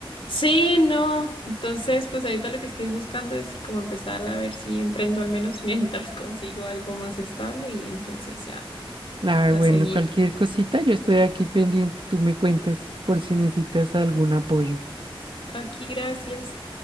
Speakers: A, on the left; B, on the right.
A: Sí, no. Entonces, pues ahorita lo que estoy buscando es sí, como empezar a ver si emprendo al menos <laughs> mientras consigo algo más estable y entonces ya,
B: Ah,
A: ya
B: bueno,
A: seguir.
B: cualquier cosita, yo estoy aquí pendiente, tú me cuentas por si necesitas algún apoyo.
A: Aquí, gracias.